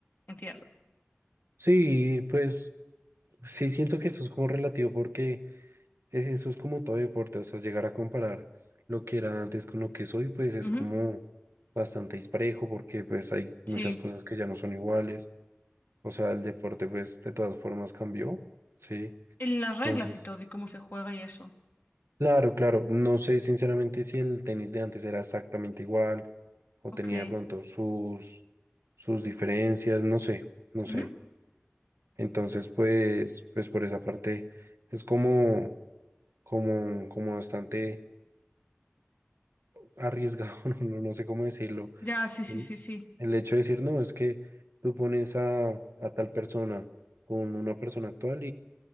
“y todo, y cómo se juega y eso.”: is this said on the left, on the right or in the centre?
Left